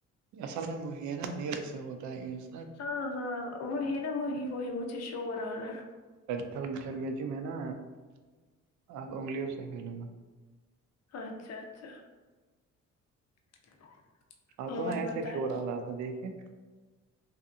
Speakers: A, on the right (about 70°); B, on the left (about 60°).
A: اصل میں یہ ہے نا نیل سے ہوتا ہے ع
B: ہاں ہاں وہی نا وہی وہی مجھے شور آ رہا ہے
A: ل چل گیا جی میں نا آپ انگلیوں سے کھیلوں گا
B: اچھا اچھا <unintelligible>
A: آپ کو نا ایسے
B: بتائے
A: شور آ رہا تھا دیکھیے